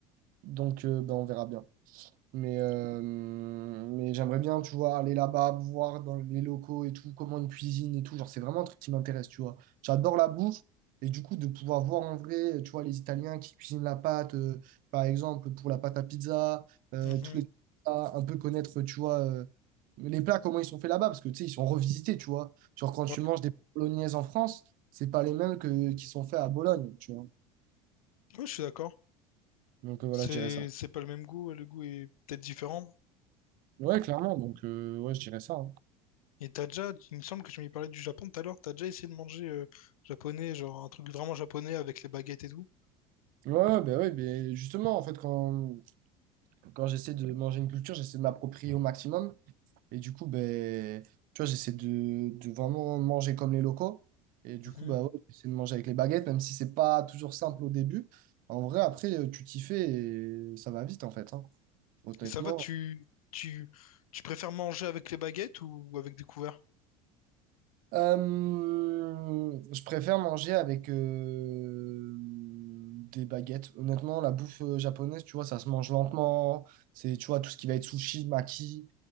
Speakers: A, on the right; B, on the left.
A: donc, euh, ben, on verra bien. Mais, euh, mais j'aimerais bien, tu vois, aller là-bas, voir dans les locaux et tout, comment ils cuisinent et tout. Genre, c'est vraiment un truc qui m'intéresse, tu vois. J'adore la bouffe. Et du coup, de pouvoir voir en vrai, tu vois, les Italiens qui cuisinent la pâte, euh, par exemple, pour la pâte à pizza, euh,
B: mhm.
A: tous les plats, un peu connaître, tu vois, euh, les plats, comment ils sont faits là-bas, parce que, tu sais, ils sont revisités, tu vois. Genre, quand tu
B: Ouais,
A: manges des bolognaises en France, c'est pas les mêmes que, qui sont faits à Bologne, tu vois.
B: Ouais, je suis d'accord.
A: Donc, euh, voilà,
B: C'est
A: je dirais ça.
B: c'est pas le même goût, ouais, le goût est peut-être différent.
A: Ouais, clairement. Donc, euh, ouais, je dirais ça. hein.
B: Et t'as déjà, il me semble que tu m'y parlais du Japon tout à l'heure, t'as déjà essayé de manger euh, japonais, genre un truc vraiment japonais avec les baguettes et tout.
A: Ouais, ben ouais, ben justement, en fait, quand, quand j'essaie de manger une culture, j'essaie de m'approprier au maximum. Et du coup, ben, tu vois, j'essaie de, de vraiment manger comme les locaux. Et du
B: Mhm.
A: coup, bah ouais, j'essaie de manger avec les baguettes, même si c'est pas toujours simple au début. En vrai, après, euh, tu t'y fais et ça va vite, en fait. hein. Honnêtement,
B: Et ça va, tu, tu, tu préfères manger avec les baguettes ou avec des couverts?
A: Euh, je préfère manger avec euh, des baguettes. Honnêtement, la bouffe euh, japonaise, tu vois, ça se mange lentement. C'est, tu vois, tout ce qui va être sushi, maki,